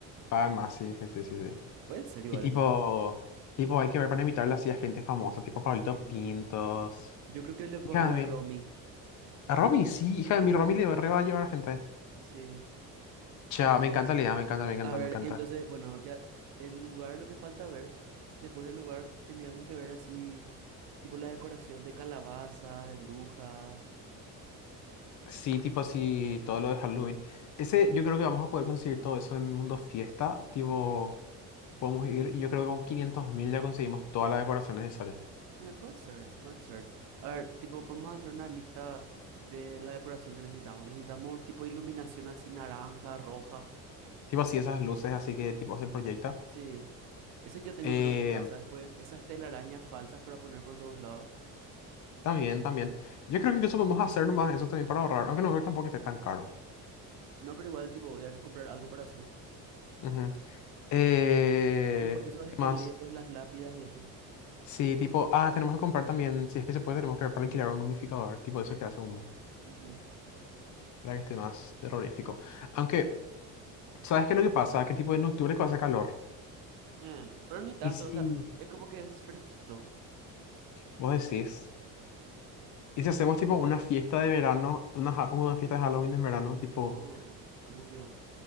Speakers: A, on the left; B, on the right.
A: pagan más, sí, sí, sí, sí, sí.
B: Puede ser igual
A: Y tipo,
B: eso.
A: tipo, hay que ver para invitarle así a gente famosa, tipo Pablito
B: Sí.
A: Pintos.
B: Yo creo que le puedo
A: Hija
B: hablar
A: de
B: a Romy.
A: mí. A Romy, sí, hija de mí, Romy le re va a llevar a gente.
B: Sí.
A: Chao, me encanta la idea, me encanta, me encanta,
B: A ver,
A: me encanta.
B: entonces, bueno, ya el lugar, lo que falta ver. Después del lugar teníamos que ver así, tipo la decoración de calabazas, de brujas.
A: Sí, tipo así, todo lo de Halloween. Ese, yo creo que vamos a poder conseguir todo eso en Mundo Fiesta. Tipo, podemos ir, y yo creo que con 500 mil ya conseguimos toda la decoración necesaria.
B: Eh, puede ser, puede ser. A ver, tipo, vamos a hacer una lista de la decoración que necesitamos. Necesitamos tipo iluminación así naranja, roja.
A: Tipo así, esas luces, así que tipo se proyecta.
B: Sí, ese yo tengo
A: Eh,
B: creo en mi casa. Después, esas telarañas falsas para poner por todos lados.
A: también, también. Yo creo que incluso podemos hacer más eso también para ahorrar, aunque no creo tampoco que esté tan caro.
B: No, pero igual, tipo, había que comprar algo para hacer.
A: Ujú. Eh,
B: Después, esos
A: ¿qué
B: esqueletos,
A: más?
B: las lápidas y eso.
A: Sí, tipo, ah, tenemos que comprar también, si es que se puede, tenemos que ver para alquilar un humidificador tipo eso que hace humo,
B: Ujú.
A: para que esté más terrorífico. Aunque ¿Sabes qué es lo que pasa? Que tipo en octubre que hace calor.
B: Eh, pero ni tanto,
A: ¿Y si
B: o sea, es como que es fresquito.
A: vos decís? ¿Y si hacemos tipo una fiesta de verano, una, ja- una fiesta de Halloween en verano? Tipo,
B: No, como peón.